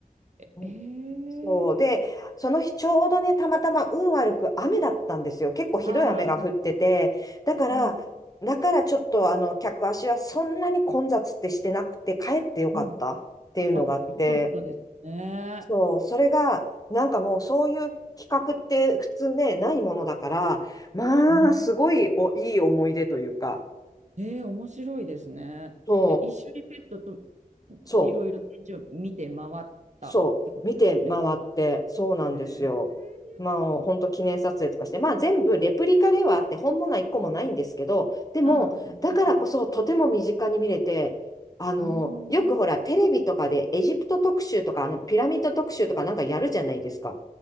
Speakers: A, on the left (about 25°); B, on the right (about 50°).
A: うん
B: え、ええ
A: そう。で、その日ちょうどね、たまたま運悪く雨だったんですよ。結構ひどい雨が降ってて、
B: ああ、
A: だから、
B: うん、
A: だからちょっとあの客足はそんなに混雑ってしてなくて、帰ってよかったっていうのがあって、
B: うん。あ、よかったですね。
A: そう、それが、なんかもうそういう企画って普通ね、ないものだから、まあ、
B: うん。
A: すごいお、いい思い出というか、
B: えー面白いですね。
A: そ
B: え、一緒にペットと
A: う、そう、
B: いろいろ展示を見て回ったってことですよね。
A: そう、見て回って、そうなんですよ。
B: ええ
A: まあ、本当記念撮影とかして、まあ全部レプリカではあって、本物は一個もないんですけど、でも、
B: ああ、うん。
A: だからこそとても身近に見れて、あの、
B: うん。
A: よくほら、テレビとかでエジプト特集とか、あの、ピラミッド特集とかなんかやるじゃないですか。